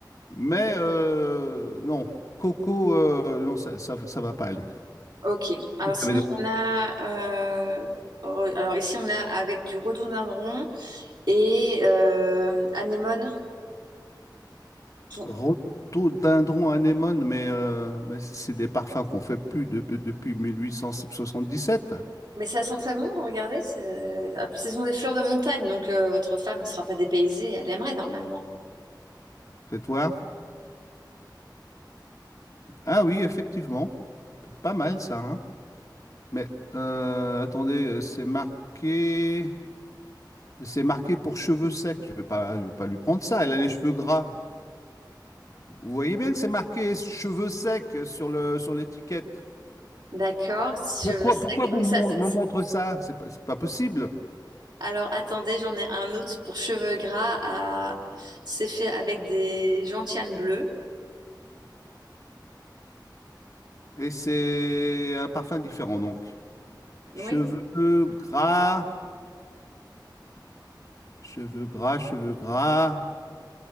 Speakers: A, on the left; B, on the right.
A: Mais euh, non, Coco, euh, non, ça, ça, ça va pas aller.
B: Ok. Alors
A: Vous
B: sinon,
A: avez de-
B: on a... euh, re- alors ici, on a avec du rhododendron et euh, anémone. Bon.
A: Rhododendron anémone, mais, euh, mais c'est des parfums qu'on fait plus de- depuis 1877.
B: Mais ça sent très bon, regardez. c'est- ah, puis Ce sont des fleurs de montagne, donc euh, votre femme ne sera pas dépaysée. Elle aimerait normalement.
A: Faites voir. Ah oui, effectivement, pas mal ça. hein. Mais euh, attendez, euh, c'est marqué. C'est marqué pour cheveux secs. Je ne vais, pas- je vais pas lui prendre ça. Elle a les cheveux gras. Vous voyez bien que c'est marqué cheveux secs sur le, sur l'étiquette.
B: D'accord, cheveux
A: Pourquoi,
B: secs.
A: pourquoi vous
B: Mais
A: mon-
B: ça, ça-
A: me
B: ça-
A: montrez ça? C'est pas, c'est pas possible.
B: Alors attendez, j'en ai un autre pour cheveux gras. à- C'est fait avec des gentianes bleues.
A: Et c'est un parfum différent, donc.
B: Oui.
A: Cheveux gras, cheveux gras, cheveux gras.